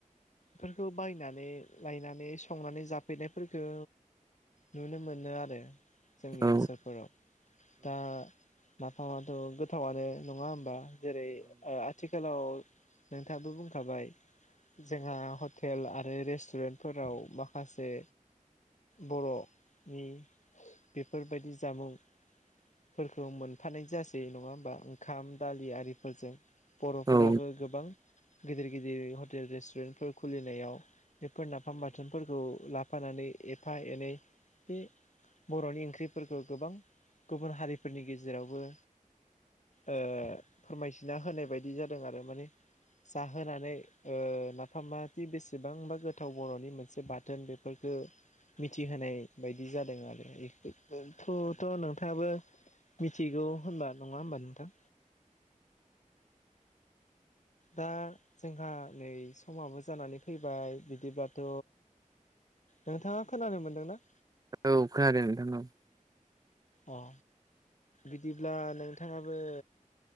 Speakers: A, on the left; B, on the right.
A: फोरखौ बायनानै लायनानै संनानै जाफैनायफोरखौ नुनो मोनो आरो जोंनि
B: औ
A: ओनसोलफोराव दा नाफामाथ गोथावानो नङा होमबा जेरै ओ आथिखालाव नोंथाङाबो बुंखाबाय जोंहा हटेल आरो रेस्टुरेन्टफोराव माखासे बर'नि बेफोरबायदि जामुं फोरखौ मोनफानाय जासै नङा होमबा ओंखाम दालि आरिफोरजों बर'फोराबो
B: औ
A: गोबां गिदिर गिदिर हटेल रेस्टुरेन्टफोर खुलिनायाव बेफोर नाफाम बाथोनफोरखौ लाफानानै एफा एनै बे बर'नि ओंख्रिफोरखौ गोबां गुबुन हारिफोरनि गेजेरावबो ओ फोरमायथिना होनाय बायदि जादों आरो माने जाहोनानै ओ नाफामादि बेसेबांबा गोथाव बर'नि मोनसे बाथोन बे फोरखौ मिथिहोनाय बायदि जादों आरो बे बेथ'थ' नोंथाङाबो मिथिगौ होनबा नङा होमबा नोंथां? दा जोंहा नै समाबो जानानै फैबाय बिदिब्लाथ' नोंथाङा खोनानो मोनदोंना?
B: औ खोनादों नोंथां औ
A: अ बिदिब्ला नोंथाङाबो